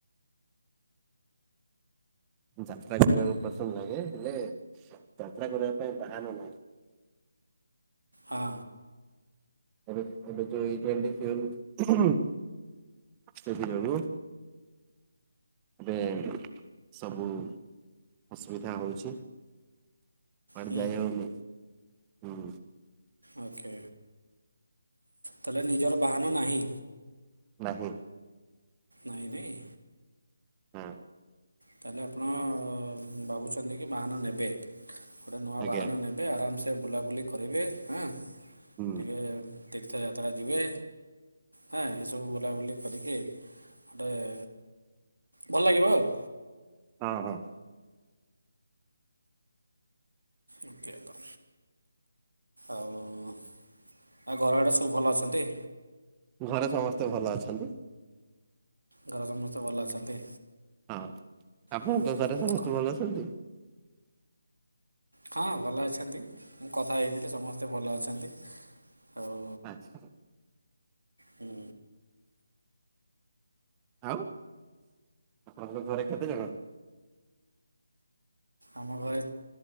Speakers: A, on the right; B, on the right.
A: ଯାତ୍ରା କରିବାକୁ ପସନ୍ଦ ଲାଗେ ହେଲେ ଯାତ୍ରା କରିବା ପାଇଁ ବାହାନ ନାହିଁ।
B: ହଁ।
A: ଏବେ ଏବେ ଯୋଇ ଟଣ୍ ସେଥି ଯୋଗୁଁ ଏବେ ସବୁ ଅସୁବିଧା ହଉଛି କୁଆଡେ
B: ହୁଁ
A: ଯାଇ ହଉନି ହୁଁ।
B: ଓକେ ତାହେଲେ ନିଜର ବାହାନ ନାହିଁ।
A: ନାହିଁ।
B: ନାଇଁ ନାଇଁ।
A: ନାଁ।
B: ତାହେଲେ ଆପଣ ଭାବୁଛନ୍ତି କି ବାହାନ ନେବେ। ଗୋଟେ ନୂଆ
A: ଆଜ୍ଞା
B: ବାହାନ ନେ ଏବେ ଆରାମସେ ବୁଲାବୁଲି କରିବେ ହଁ
A: ହୁଁ
B: ଟିକେ ତୀର୍ଥଯାତ୍ରା ଯିବେ। ହଁ ଏସବୁ ବୁଲାବୁଲି କରିକି ଗୋଟେ ଭଲ ଲାଗିବ ଆଉ।
A: ହଁ ହଁ।
B: ଓକେ ତ ଆଉ ଆଉ ଘର ଆଡ଼େ ସବୁ ଭଲ ଅଛନ୍ତି।
A: ଘରେ ସମସ୍ତେ ଭଲ ଅଛନ୍ତି।
B: ଘର ସମସ୍ତେ ଭଲ ଅଛନ୍ତି।
A: ହଁ ଆପଣଙ୍କ
B: ହୁଁ
A: ଘରେ ସମସ୍ତେ
B: କ
A: ଭଲ ଅଛନ୍ତି?
B: ହଁ ଭଲ ଅଛନ୍ତି। ମୁଁ କଥା ହେଥିଲି ସମସ୍ତେ ଭଲ ଅଛନ୍ତି। ଆଉ
A: ଆଚ୍ଛା।
B: ହୁଁ
A: ଆଉ ଆପଣଙ୍କର ଘରେ କେତେ ଜଣ?
B: ଆମ ଘରେ